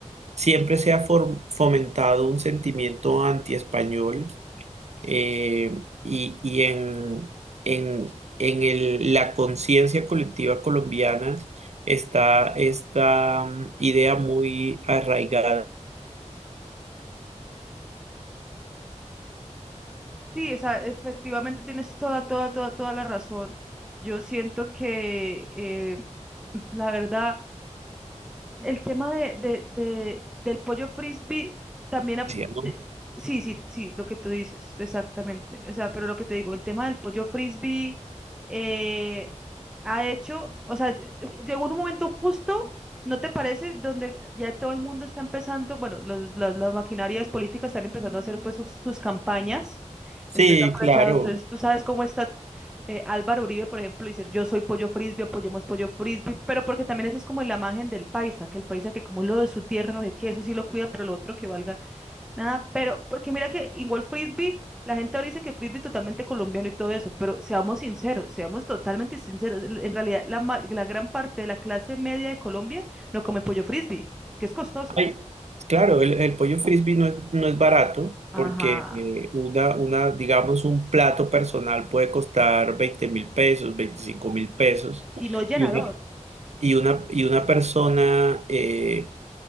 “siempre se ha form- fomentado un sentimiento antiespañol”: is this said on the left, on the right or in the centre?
Right